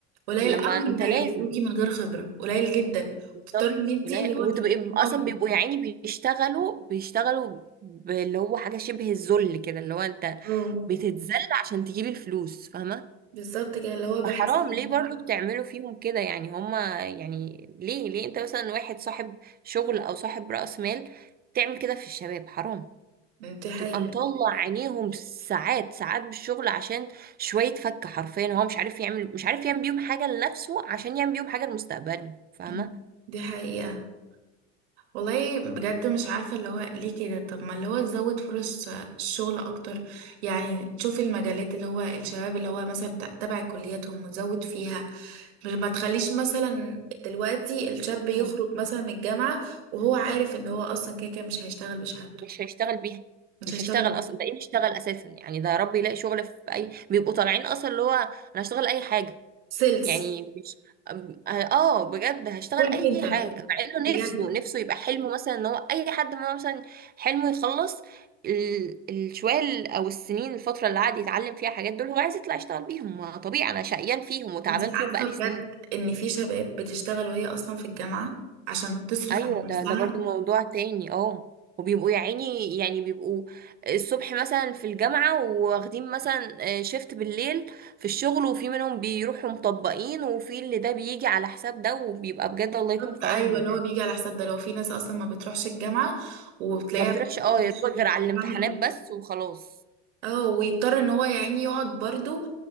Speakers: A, on the right; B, on the right.
A: قليل
B: لما
A: قوي
B: انت
A: اللي
B: لازم
A: هيقبلوكي من غير خبرة قليل جدا
B: بالظبط
A: تضطري ان انتي
B: قليل
A: اللي هو
B: وتبقى
A: تتمطي
B: اصلا بيبقوا يا عيني بيشتغلوا بيشتغلوا ب- اللي هو حاجة شبه الذل كده اللي هو انت
A: اه
B: بتتذل عشان تجيب الفلوس فاهمة
A: بالظبط كده اللي هو بحس
B: فحرام
A: ان
B: ليه برضو
A: هو-
B: بتعملوا فيهم كده يعني هما يعني ليه ليه انت مثلا واحد صاحب شغل او صاحب رأس مال تعمل كده في الشباب حرام
A: دي حقيقة
B: تبقى مطلع عينيهم ساعات ساعات بالشغل عشان شوية فك حرفيا هو مش عارف يعمل مش عارف يعمل بيهم حاجة لنفسه عشان يعمل بيهم حاجة لمستقبله فاهمة
A: أمم، دي حقيقة والله بجد مش عارفة اللي هو ليه كده طب ما اللي هو تزود فرص الشغل أكتر يعني تشوف المجالات اللي هو الشباب اللي هو مثلا بتاع- تبع كلياتهم وتزود فيها مش- ما تخليش مثلا دلوقتي الشاب يخرج
B: مم.
A: مثلا من الجامعة وهو عارف ان هو أصلا كده كده مش هيشتغل بشهادته
B: مش هيشتغل بيها
A: مش
B: مش
A: هيشتغل
B: هيشتغل اصلا ده ايه يشتغل اساسا يعني ده يا رب يلاقي شغل في اي بيبقوا طالعين اصلا اللي هو انا هشتغل اي حاجة
A: سيلز
B: يعني مش أم- اه بجد هشتغل
A: كول
B: اي
A: سنتر
B: حاجه مع
A: بجد
B: انه نفسه نفسه يبقى حلمه مثلا ان هو اي حد ما مثلا حلمه يخلص ال- الشوية ال- او السنين الفتره اللي قعد يتعلم فيها حاجات دول هو عايز يطلع يشتغل بيهم ما طبيعي انا شقيان فيهم وتعبان
A: انت
B: فيهم
A: عارفة
B: بقالي
A: بجد
B: سنين
A: ان في شباب بتشتغل وهي أصلا في الجامعة عشان تصرف
B: ايوه
A: على نفسها
B: ده ده برضو موضوع تاني اه وبيبقوا يا عيني يعني بيبقوا الصبح مثلا في الجامعة واخدين مثلا شيفت بالليل في الشغل وفي منهم بيروحوا مطبقين وفي اللي ده بيجي على حساب ده وبيبقى بجد الله يكون
A: بالظبط،
B: في
A: ايوه
B: عونهم
A: اللي
B: يعني
A: هو بيجي على حساب ده لو في ناس اصلا ما بتروحش الجامعه وبتلاقيها
B: ما بتروحش اه
A: بتدي
B: يا
A: شغل
B: دوبك غير على الامتحانات
A: هعمل ايه
B: بس وخلاص
A: اه ويضطر ان هو يعني يقعد برضو